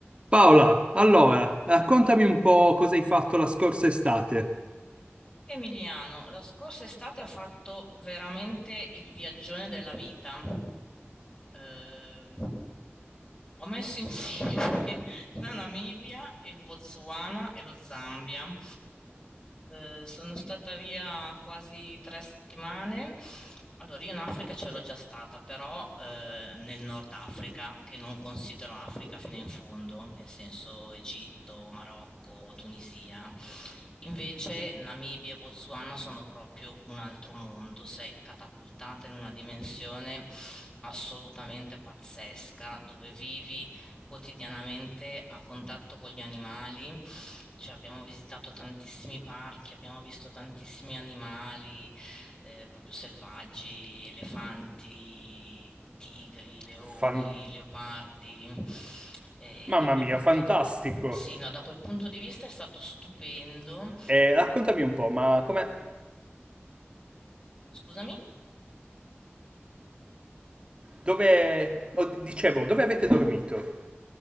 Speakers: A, on the right; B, on the left.
A: Paola, allora, raccontami un po' cosa hai fatto la scorsa estate.
B: Emiliano, la scorsa estate ho fatto veramente il viaggione della vita. Eh, ho messo insieme <laughs> la Namibia, il Botswana e lo Zambia. Eh, sono stata via quasi tre settimane. Allora, io in Africa c'ero già stata, però eh, nel Nord Africa, che non considero Africa fino in fondo, nel senso Egitto, Marocco, Tunisia. Invece Namibia e Botswana sono proprio un altro mondo, sei catapultata in una dimensione assolutamente pazzesca, dove vivi quotidianamente a contatto con gli animali, cioè abbiamo visitato tantissimi parchi, abbiamo visto tantissimi animali eh, proprio selvaggi, elefanti, tigri, leoni,
A: Fan-
B: leopardi. E
A: Mamma
B: da quel
A: mia,
B: punto
A: fantastico.
B: di vista, sì, no, da quel punto di vista è stato stupendo.
A: Eh, raccontami un po', ma come...
B: Scusami?
A: Dove... oh, dicevo, dove avete dormito?